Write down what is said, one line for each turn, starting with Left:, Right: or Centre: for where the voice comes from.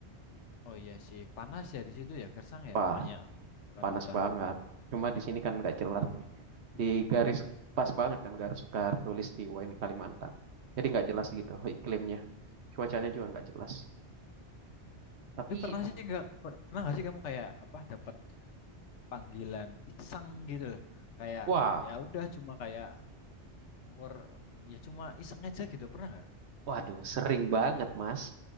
Left: oh iya sih panas ya di situ ya gersang ya
Right: Wah,
Left: makanya kebakaran
Right: panas
Left: hutan
Right: banget. Cuma di sini kan nggak jelas nih. Di garis pas banget kan garis tulis di ini Kalimantan. Jadi nggak jelas gitu
Left: Iya.
Right: iklimnya. Cuacanya juga nggak jelas. Tapi
Left: tapi pernah sih nggak per- pernah nggak sih kamu kayak apa dapat panggilan iseng gitu loh kayak
Right: wah,
Left: ya udah cuma kayak or ya cuma iseng aja gitu pernah nggak
Right: waduh, sering banget Mas.